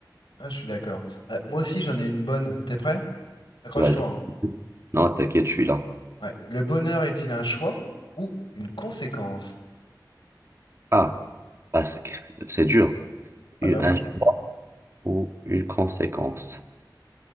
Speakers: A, on the left; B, on the right.
A: Ah, je suis d'accord. Euh, moi aussi, j'en ai une bonne. T'es prêt? Accroche-toi,
B: Vas-y.
A: hein.
B: Non, t'inquiète, je suis là.
A: Ouais. Le bonheur est-il un choix ou une conséquence?
B: Ah. Ah, c'est qu'est-ce que- c'est dur.
A: Ah
B: Une,
A: bah oui.
B: un- ou une conséquence.